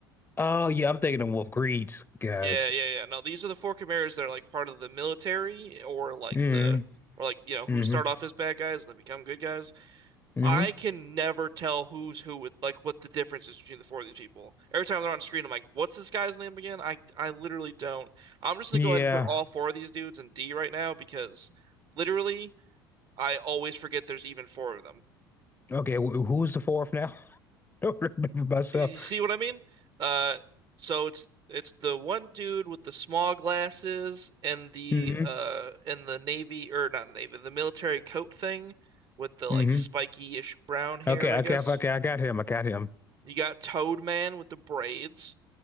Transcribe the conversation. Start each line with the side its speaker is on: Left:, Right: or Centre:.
Left: Oh yeah, I'm thinking of Wolf Greed's guys.
Right: Yeah, yeah, yeah. No, these are the four Chimeras that are like part of the military or like
Left: Mm,
Right: the or like you know who
Left: hmm
Right: start off as bad guys and then become good guys.
Left: hmm
Right: I can never tell who's who with like what the difference is between the four of these people. Every time they're on screen, I'm like, what's this guy's name again? I I literally don't. I'm just gonna
Left: Yeah.
Right: go ahead and put all four of these dudes in D right now because literally I always forget there's even four of them.
Left: Okay, wh who's the fourth now? <laughs> I don't remember myself.
Right: You see what I mean? Uh, so it's it's the one dude with the small glasses and the
Left: hmm
Right: uh and the navy or not navy, the military coat thing with the like
Left: hmm
Right: spiky-ish brown hair,
Left: Okay,
Right: I guess.
Left: okay, okay, I got him. I got him.
Right: You got Toad Man with the braids.